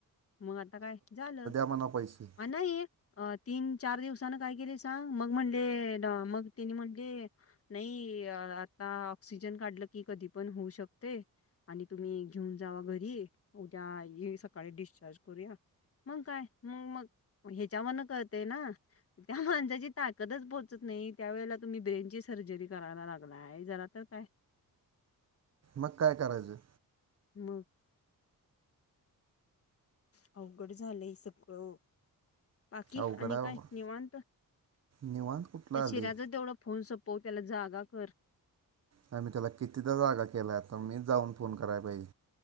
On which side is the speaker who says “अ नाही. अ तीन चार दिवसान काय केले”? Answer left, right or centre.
Left